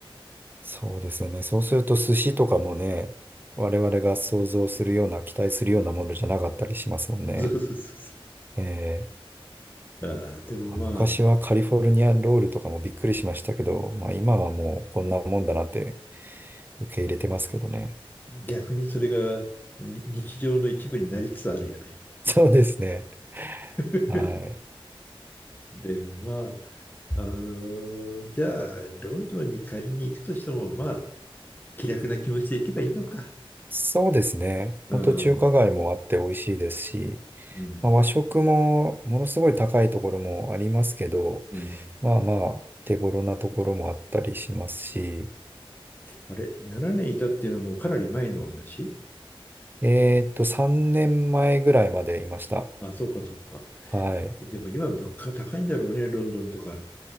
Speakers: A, on the right; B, on the left.
A: そうですよね。そうすると寿司とかもね、我々が想像するような、期待するようなものじゃなかったりしますもんね。
B: そうそうそうそ
A: ええ。
B: う。ああ、でもまあ、
A: あ昔はカリフォルニアンロールとかもびっくりしましたけど、まあ今はもうこんなもんだなって受け入れてますけどね。
B: 逆にそれがに日常の一部になりつつあるよね。
A: <laughs> そうですね。
B: <laughs>
A: はい。
B: でもまあ、あのじゃあ、ロンドンに仮に行くとしても、まあ、気楽な気持ちで行けばいいのか。
A: そうですね。
B: うん
A: 本当中華街もあって美味しいですし、
B: うん
A: まあ、和食もものすごい高いところもありますけど、
B: うん
A: まあまあ手頃なところもあったりしますし、
B: あれ、7年いたっていうのはもうかなり前の話
A: えーっと3年前ぐらいまでいました。
B: あ、そうかそうか。
A: はい。
B: でも今物価高いんだろうね、ロンドンとか。